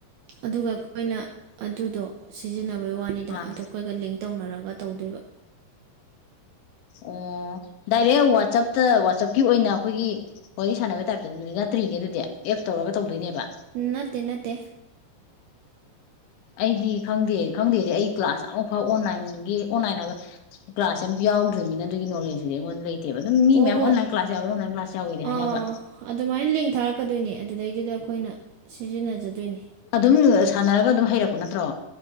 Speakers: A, on the right; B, on the left.
A: ꯑꯗꯨꯒ ꯑꯩꯣꯏꯅ ꯑꯗꯨꯗꯣ ꯁꯤꯖꯤꯟꯅꯕ ꯣꯏ ꯋꯥꯅꯤꯗ
B: ꯑꯥ
A: ꯑꯗꯣ ꯑꯩꯈꯣꯏꯒ ꯂꯤꯡ ꯇꯧꯅꯔꯒ ꯇꯧꯗꯣꯏꯕ
B: ꯑꯣ ꯗꯥꯏꯔꯦꯛ ꯋꯥꯆꯞꯇ ꯋꯥꯆꯞꯀꯤ ꯑꯣꯏꯅ ꯑꯩꯈꯣꯏꯒꯤ ꯋꯥꯔꯤ ꯁꯥꯟꯅꯕ ꯇꯥꯏꯞꯇ ꯅꯠꯇ꯭ꯔꯤꯅꯦ ꯑꯗꯨꯗꯤ ꯑꯦꯞ ꯇꯧꯔꯒ ꯇꯧꯗꯣꯏꯅꯦꯕ
A: ꯅꯠꯇꯦ ꯅꯠꯇ
B: ꯑꯩꯗꯤ ꯈꯪꯗꯦ ꯈꯪꯗꯦꯗꯤ ꯑꯩ ꯀ꯭ꯂꯥꯁ ꯑꯃ ꯐꯥꯎ ꯑꯣꯟꯂꯥꯏꯟꯒꯤ ꯑꯣꯟꯂꯥꯏꯟ ꯍꯥꯏꯕ ꯀ꯭ꯂꯥꯁ ꯑꯃ ꯌꯥꯎꯗ꯭ꯔꯤꯕꯅꯤꯅ ꯑꯗꯨꯒꯤ ꯅꯣꯂꯦꯖꯇꯨꯗꯤ ꯑꯩꯉꯣꯟꯗ ꯂꯩꯇꯦ ꯐꯠꯇꯦꯕ ꯑꯗꯨꯝ ꯃꯤ
A: ꯑꯣ
B: ꯃꯌꯥꯝ
A: ꯍꯣ
B: ꯑꯣꯟꯂꯥꯏꯟ ꯀ꯭ꯂꯥꯁ ꯌꯥꯎꯋꯤ ꯑꯣꯟꯂꯥꯏꯟ ꯀ꯭ꯂꯥꯁ ꯌꯥꯎꯋꯅꯦ ꯍꯥꯏꯅꯕ
A: ꯑꯥ ꯑꯗꯨꯃꯥꯏꯅ ꯂꯤꯡ ꯊꯥꯔꯛꯀꯗꯣꯏꯅꯦ ꯑꯗꯨꯗꯩꯗꯨꯗ ꯑꯩꯈꯣꯏꯅ ꯁꯤꯖꯤꯟꯅꯖꯗꯣꯏꯅꯤ
B: ꯑꯗꯨꯝ ꯁꯥꯟꯅꯔꯒ ꯑꯗꯨꯝ ꯍꯩꯔꯛꯄ ꯅꯠꯇ꯭ꯔꯣ